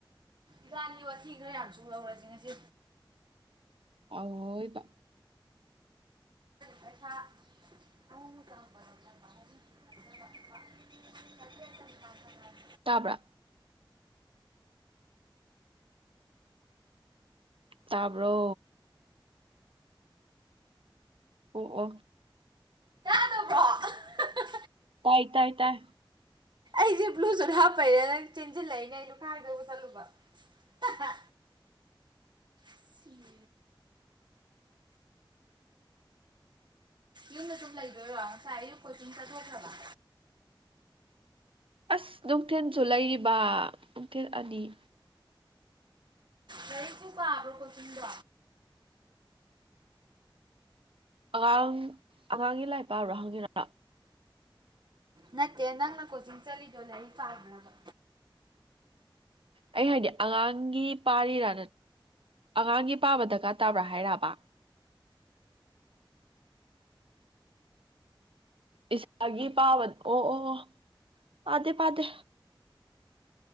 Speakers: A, on the right; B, on the right.
A: ꯏꯕꯥꯟꯅꯤ ꯋꯥꯊꯤ ꯈꯔ ꯌꯥꯝ ꯁꯨꯍꯧꯔꯁꯤ ꯉꯁꯤ
B: ꯑꯧꯋꯣꯢꯕ
A: ꯄꯩꯁꯥ ꯑꯃꯨꯛꯃꯨꯛ ꯆꯪꯉꯛꯄꯗ ꯉꯝꯅꯕ ꯂꯨꯄꯥ ꯆꯥꯇ꯭ꯔꯦꯠꯇꯪ <unintelligible>
B: ꯇꯥꯕ꯭ꯔꯥ ꯇꯥꯕ꯭ꯔꯣ ꯑꯣ ꯑꯣ
A: ꯈꯥꯪꯗꯕ꯭ꯔꯣ ꯑꯍ ꯍꯥ
B: ꯇꯥꯏ ꯇꯥꯏ ꯇꯥꯏ
A: ꯑꯩꯁꯦ ꯕ꯭ꯂꯨꯇꯨꯠ ꯍꯥꯞꯄꯩꯔ ꯅꯥ ꯆꯦꯟꯁꯤꯜꯂꯛꯏꯅꯦ ꯑꯩꯩꯅ ꯂꯨꯈꯥꯛ ꯍꯩꯗꯣꯛꯎ ꯆꯠꯂꯨꯕ ꯍꯥ ꯍꯥ ꯁꯤ <inaudible> ꯌꯨꯝꯗ ꯑꯗꯨꯨꯝ ꯂꯩꯗꯣꯏꯔꯣ ꯉꯁꯥꯏ ꯑꯌꯨꯛ ꯀꯣꯆꯤꯡ ꯆꯠꯊꯣꯛꯈ꯭ꯔꯕ
B: ꯑꯁ ꯅꯨꯡꯊꯤꯟꯁꯨ ꯂꯩꯔꯤꯕ ꯅꯨꯡꯊꯤꯜ ꯑꯅꯤ
A: ꯂꯥꯏꯔꯤꯛꯄꯨ ꯄꯕ꯭ꯔꯣ ꯀꯣꯆꯤꯡꯗꯣ
B: ꯑꯉꯥꯡ ꯑꯉꯥꯡꯒꯤ ꯂꯥꯏꯔꯤꯛ ꯄ꯭ꯕ ꯍꯪꯉꯤꯔꯣ
A: ꯅꯠꯇꯦ ꯅꯪꯅ ꯀꯣꯆꯤꯡ ꯆꯠꯂꯤꯗꯣ ꯂꯥꯏꯔꯤꯛ ꯄꯥꯕ꯭ꯔꯕ
B: ꯑꯩ ꯍꯥꯏꯗꯤ ꯑꯉꯥꯡꯒꯤ ꯄꯥꯔꯤꯔꯥ ꯑꯉꯥꯡꯒꯤ ꯄꯥꯕ ꯗꯔꯀꯥꯔ ꯇꯥꯕ꯭ꯔꯥ ꯍꯥꯏꯔꯕ ꯏꯁꯥꯒꯤ ꯄꯥꯕꯅꯑꯣ ꯑꯣ ꯄꯗꯦ ꯄꯗꯦ